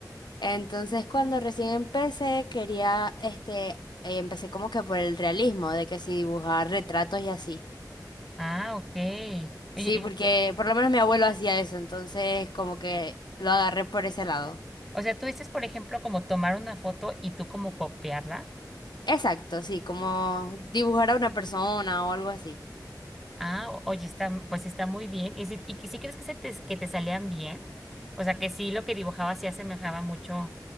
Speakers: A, on the left (about 80°); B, in the centre.
A: Entonces, cuando recién empecé, quería, este, eh, empecé como que por el realismo, de que si dibujar retratos y así.
B: ah, ok. Oye, y-
A: Sí, porque por lo menos mi abuelo hacía eso, entonces como que lo agarré por ese lado.
B: o sea, tú dices, por ejemplo, como tomar una foto y tú como copiarla.
A: Exacto, sí, como dibujar a una persona o algo así.
B: Ah, o- oye, está, pues está muy bien. ¿Y si, y que sí crees que, se te, que te salían bien? O sea, que sí lo que dibujaba sí asemejaba mucho